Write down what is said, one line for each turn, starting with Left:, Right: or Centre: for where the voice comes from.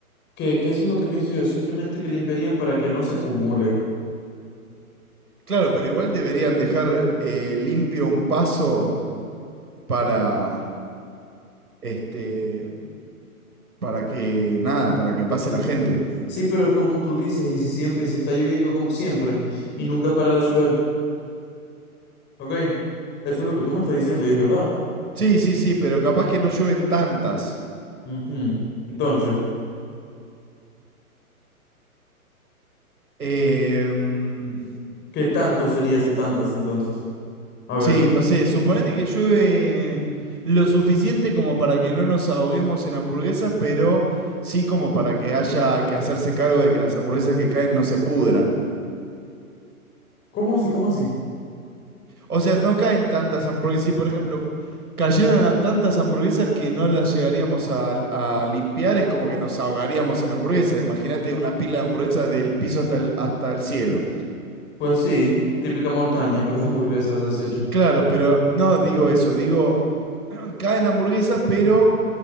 Left: que, que eso es lo que pienso yo, simplemente que limpiarían para que no se acumule.
Right: Claro, pero igual deberían dejar eh, limpio un paso para, este, para que, nada, para que pase la gente.
Left: Sí, pero es como tú dices, y si siempre, si está lloviendo como siempre y nunca para de llover. Ok, eso es lo que tú me estás diciendo y es verdad.
Right: Sí, sí, sí, pero capaz que no llueven tantas.
Left: Ujú. Entonces,
Right: Eh, mm,
Left: ¿qué tanto sería ese tantas entonces? A ver,
Right: Sí, no sé, suponete que llueve lo suficiente como para que no nos ahoguemos en hamburguesas, pero sí como para que haya que hacerse cargo de que las hamburguesas que caen no se pudran.
Left: ¿cómo así? ¿Cómo así?
Right: O sea, no caen tantas hamburguesas, si por ejemplo cayeran a- tantas hamburguesas que no las llegaríamos a, a limpiar, es como que nos ahogaríamos en hamburguesas. Imagínate una pila de hamburguesas del piso hasta el, hasta el cielo.
Left: Pues sí, típica montaña, <laughs> pero de hamburguesas deshecho.
Right: Claro, pero no digo eso, digo, <clears throat> caen hamburguesas, pero